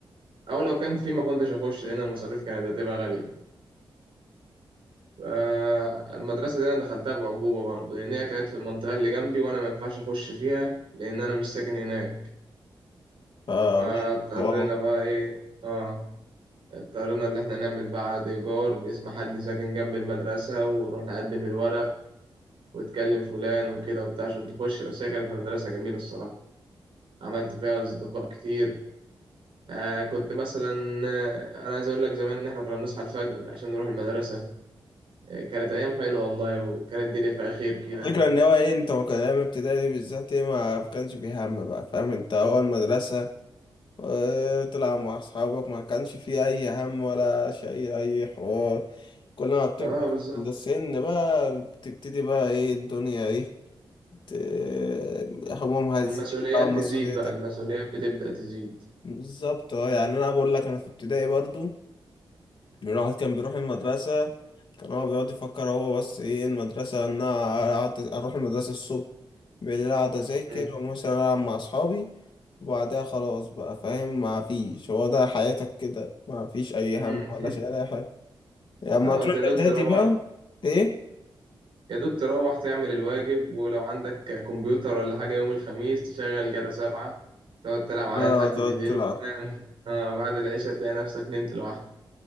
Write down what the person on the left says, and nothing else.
اه
ف- والله
الفكرة ان هو ايه انت ما كان ايام ابتدائي بالذات ايه ما كانش فيه هم بقى فاهم انت اول مدرسة وتلعب مع أصحابك ما كانش فيه أي هم ولا شيء أي حوار كل ما بتكبر
السن بقى بتبتدي بقى إيه الدنيا إيه ت- همومها
تزيد أو مسؤوليتك
بالظبط اه يعني أنا بقول لك أنا في ابتدائي برضو الواحد كان بيروح المدرسة كان هو بيقعد يفكر هو بس ايه المدرسة ان انا أقعد- اروح المدرسة الصبح بالليل اقعد اذاكر
ومثلا العب مع اصحابي وبعدها خلاص بقى فاهم ما فيش هو ده حياتك كده ما فيش اي
هم ولا شيء ولا اي حاجة يعني
لما
تروح
اعدادي
بقى ايه
بقى
تقعد
تلعب